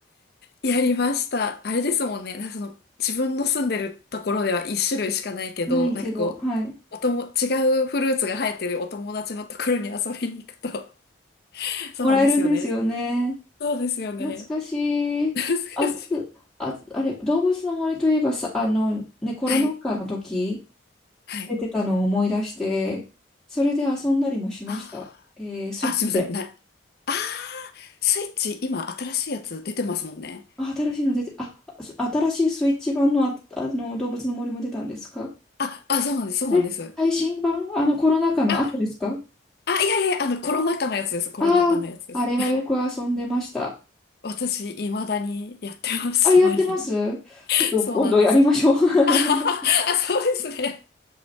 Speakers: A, on the left (about 55°); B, in the centre.
A: やりました。あれですもんね。なんかその、自分の住んでるところでは一種類しかないけど、
B: ないけど、
A: なんかこう、
B: はい。
A: おとも、違うフルーツが生えてるお友達のところに遊びに行くと。<laughs> そうなんですよね。
B: もらえるんですよね。
A: そうですよね。
B: 懐かしい。
A: <laughs> 懐かしい。
B: あ、あ、あれ、動物の森といえばさ、あの、ね、コロナ禍の時、
A: はい。はい。
B: 出てたのを思い出して、それで遊んだりもしました。
A: あー、
B: えースイッチで。
A: あ、すいません。な、ああスイッチ今新しいやつ出てますもんね。
B: あ、新しいの出て、あ、す新しいスイッチ版の、あ、あの動物の森も出たんですか
A: あ、あ、そうなんです。そうなんです。
B: え、最新版あのコロナ禍の後ですか
A: あ、あ、いやいやいや、あの、コロナ禍のやつです。コロナ禍のやつです。
B: ああー、あれはよく遊んでました。
A: <laughs> 私、未だにやってます。
B: あ、やってますちょっと今度やりましょう。
A: たまに。<laughs> そうなんです。
B: <laughs>
A: あははあ、そうですね。